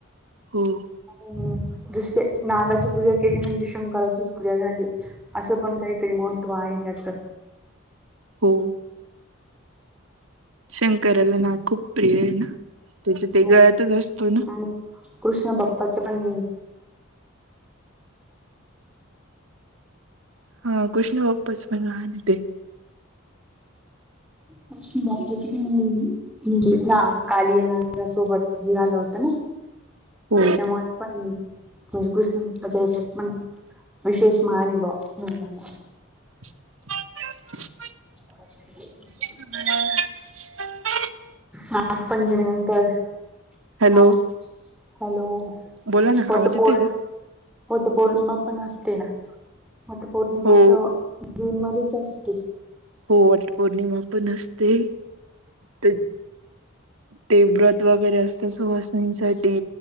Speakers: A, on the right (about 75°); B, in the centre.
A: हम्म.
B: हम्म. जस नागाची पूजा केली म्हणजे शंकराचीच पूजा झाली असं पण काहीतरी महत्त्व आहे त्याचं.
A: हो. शंकराला ना खूप प्रिय आहे ना त्याच्या ते
B: हो
A: गळ्यातच असतो ना?
B: आणि कृष्ण बाप्पाचं पण
A: हा. कृष्ण उपस पण आण तेे.
B: कृष्ण बापपाज पण म्हणजे ना कालिया नागा सोबत हे आलं होत ना
A: हो
B: त्याच्यामुळे पण म्हणजे कृष्ण म पज च पण विशेष मान आहे बुवा
A: <inaudible>
B: <inaudible>
A: हम्म. <inaudible>
B: नागपंचमी नंतर
A: हॅलो
B: हा. हॅलो
A: बोला ना
B: वटपोर्णि
A: आवाज येतोय का
B: वटपौर्णिमा पण असते ना. वटपौर्णिमा
A: हो
B: तर जून मध्येच असते.
A: हो. वटपौर्णिमा पण असते. तर ते व्रत त वगैरे असत सुवासिनी साठी